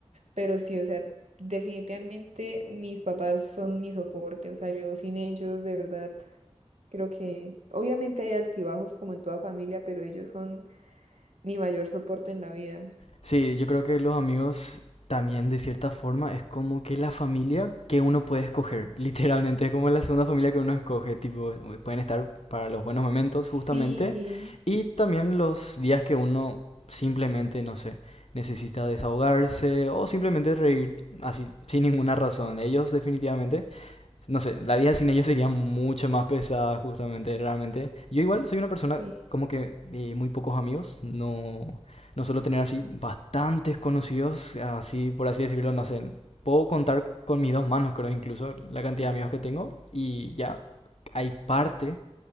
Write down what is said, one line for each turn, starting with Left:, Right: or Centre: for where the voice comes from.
Right: pero sí, o sea, definitivamente mis papás son mi soporte, o sea, yo sin ellos, de verdad, creo que obviamente hay altibajos como en toda familia, pero ellos son mi mayor soporte en la vida.
Left: Sí, yo creo que los amigos también de cierta forma es como que la familia que uno puede escoger, <laughs> literalmente es como la segunda familia que uno escoge, tipo, eh, pueden estar para los buenos momentos
Right: Sí,
Left: justamente y también los días que uno simplemente, no sé, necesita desahogarse o simplemente reír así, sin ninguna razón. Ellos definitivamente no sé, la vida sin ellos sería mucho más pesada, justamente, realmente. Yo igual soy una persona
Right: sí.
Left: como que de muy pocos amigos, no, no suelo tener así bastantes conocidos, así por así decirlo, no sé. Puedo contar con mis dos manos, creo, incluso la cantidad de amigos que tengo y ya hay parte,